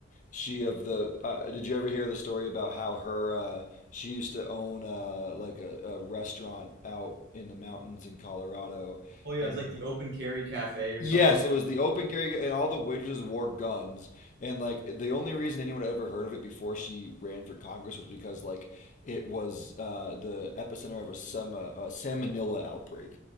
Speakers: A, on the left (about 40°); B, on the right (about 55°).
A: she of the. Uh, did you ever hear the story about how her? Uh, she used to own uh, like a, a restaurant out in the mountains in Colorado,
B: Oh yeah,
A: and
B: it's like the open carry cafe or
A: Yes,
B: something
A: it was the open carry, and all the waitresses wore guns. And like the only reason anyone had ever heard of it before she ran for Congress was because like it was uh, the epicenter of a some uh, salmonella outbreak